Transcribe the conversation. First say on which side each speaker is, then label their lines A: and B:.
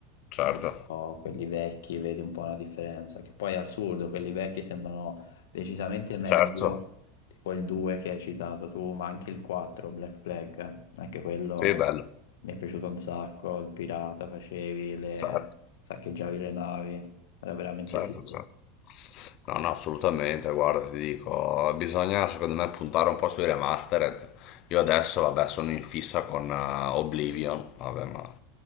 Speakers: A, on the left (about 45°); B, on the left (about 80°).
A: certo,
B: giusto? Quelli vecchi, vedi un po' la differenza, che poi è assurdo, quelli vecchi sembrano decisamente meglio
A: certo,
B: tipo il 2 che hai citato tu, ma anche il 4, Black Flag, anche quello
A: sì, bello,
B: mi è piaciuto un sacco, il pirata facevi, le...
A: certo,
B: saccheggiavi le navi, era veramente
A: certo,
B: figo.
A: certo. No, no, assolutamente, guarda, ti dico, bisogna secondo me puntare un po' sui remastered. Io adesso, vabbè, sono in fissa con eh, Oblivion, vabbè, ma...